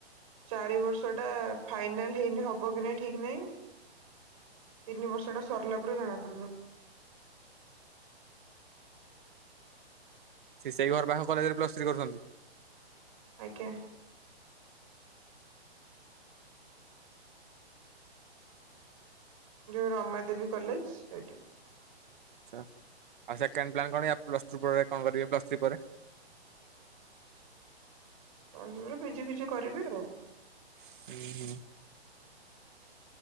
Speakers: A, on the right; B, on the right.
A: ଚାରି ବର୍ଷ ଟା ଫାଇନାଲ ହେଇନି ହବ କି ନାଇ ଠିକ ନାଇଁ । ତିନି ବର୍ଷଟା ସରିଲା ପରେ ଜଣାପଡିବ ।
B: ସେ ସେଇ ଘର ପାଖ କଲେଜ ରେ ପ୍ଲସ୍ ଥ୍ରୀ କରୁଛନ୍ତି ।
A: ଆଜ୍ଞା । ଯୋଉ ରମା ଦେବୀ କଲେଜ ସେଇଠି ।
B: ଆଚ୍ଛା ଆଉ ସେକେଣ୍ଡ ପ୍ଲାନ୍ କଣ ୟା ପ୍ଲସ୍ ଟୁ ପରେ କଣ କରିବେ ପ୍ଲସ୍ ଥ୍ରୀ ପରେ । <inaudible>
A: ପ୍ଲସ ଥ୍ରି ପରେ ଫିଜି ଫିଜି କରିବି ଆଉ ।
B: ହୁଁ ହୁଁ ।